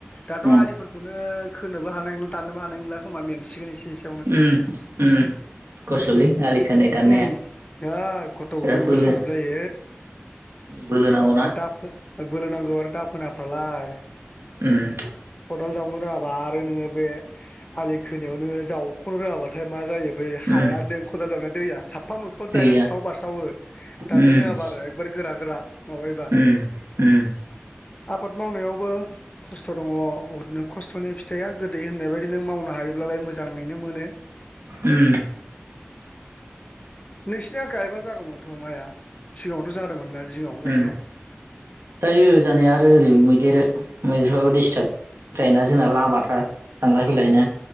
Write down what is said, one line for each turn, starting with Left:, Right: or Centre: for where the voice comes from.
Left: दाथ'
Right: उम
Left: आलिफोरखौनो खोनोबो हानाय नंला दाननोबो हानाय नंला खोमा मेंसिगोन एसे एसे
Right: उम उम खस्थ'लै आलि खोनाय दाननाया
Left: उम है खथ'
Right: बिराद
Left: उदै बेखौ
Right: बोलो
Left: साजोबलायो
Right: बोलो नांगौना
Left: आरो दाफो बोलो नांगौ आरो दाफोनाफ्रालाय
Right: उम
Left: खदाल जावनो रोङाबा आरो नोङो बे आलि खोनायाव नोङो जावख'नो रोङाबाथाय मा जायो बै हाया
Right: उम
Left: नों खदाल जावनाय दैया साफा मोखांआव
Right: गैया
Left: दाइरेक्ट स्राव बारस्रावो दाननो
Right: उम
Left: रोङाबा आरो जोबोर गोरा गोरा माबायोबा
Right: उम उम
Left: आबाद मावनायावबो खस्थ' अ बहुतनो खस्थ'नि फिथाइआ गोदै होननाय बायदि नो मावनो हायोब्लालाय मोजाङैनो मोनो
Right: उम
Left: नोंसिनिया गायबा जागौमोनथ' माइया सिगाङावथ' जादोंमोन ना जिङाव
Right: उम
Left: गायनाया
Right: जायो जानाया आरो ओरै मैदेर
Left: उम
Right: मैदेरफ्राबो दिसताब जायोना जोंना
Left: उम
Right: लामाथार थांलाय फैलाय ना